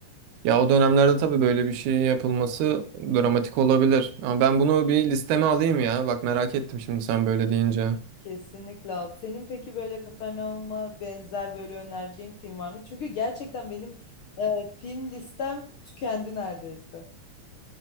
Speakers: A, on the right; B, on the left.
A: Ya o dönemlerde tabii böyle bir şey yapılması dramatik olabilir. Ama ben bunu bir listeme alayım ya. Bak merak ettim şimdi sen böyle deyince.
B: Kesinlikle. al. Senin peki böyle Kafernaum'a benzer böyle önereceğin film var mı? Çünkü gerçekten benim e, film listem tükendi neredeyse.